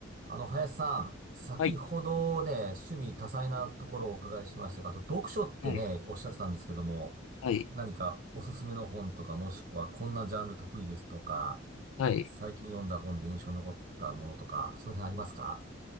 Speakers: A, on the right; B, on the left.
A: あの、林さん、先ほどね、
B: はい。
A: 趣味多彩なところをお伺いしましたが、あと読書ってね、
B: はい。
A: おっしゃってたんですけども、
B: はい。
A: 何かおすすめの本とか、もしくはこんなジャンル得意ですとか、
B: はい。
A: 最近読んだ本で印象に残ったものとか、その辺ありますか